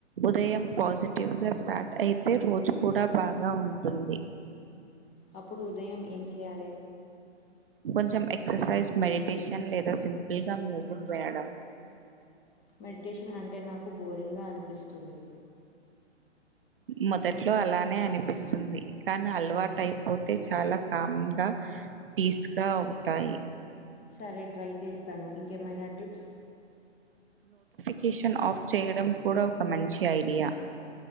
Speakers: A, on the right; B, on the left.
A: ఉదయం పాజిటివ్ గా స్టార్ట్ అయితే రోజు కూడా బాగా ఉంటుంది
B: అప్పుడు ఉదయం ఏం చేయా
A: కొంచెం ఎక్ససైజ్ మెడిటేషన్ లే దా సింపుల్ గా మ్యూజిక్ వినడం
B: మెడిటేషన్ అంటే నాకు బోరింగ్ గా అనిపిస్తుంది
A: మొదట్లో అలానే అనిపిస్తుంది కానీ అలవాటు అయిపోతే చాలా కామ్ గా పీస్ గా అవుతాయి
B: సరే ట్రై చేస్తాను ఇంకేమైనా టిప్స్
A: కీషన్ ఆఫ్ చేయడం కూడా ఒక మంచి ఐడియా